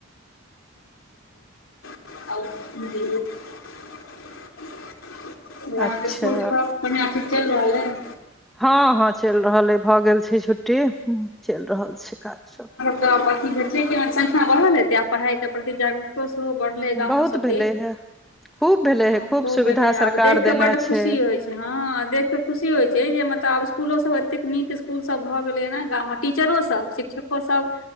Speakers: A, on the left; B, in the centre.
A: <unintelligible> <unintelligible> अहाँ
B: अच्छा
A: के इसकुल सभ बढ़िया थीक चलि रहल अय
B: हँ हँ चलि रहल अ भऽ गेल छै छुट्टी चलि रहल छै काज सब
A: त अथि भेटले के संख्या बढ़ल हेतै आब पढ़ाई के प्रति जागरूको सेहो बढ़ले गामो
B: बहुत
A: सब
B: भेलै हे खूब भेलै
A: हँ
B: हे
A: खूब
B: सुविधा
A: भेल
B: सरकार
A: आब देख के
B: देने
A: बड
B: छै
A: खुशी होइ छै हँ देख क खुशी होइ छै जे मतलब आब स्कुलो सब एतेक नीक स्कूल सब भऽ गेलै ह ने गाम टीचरो सब शिक्षकोसभ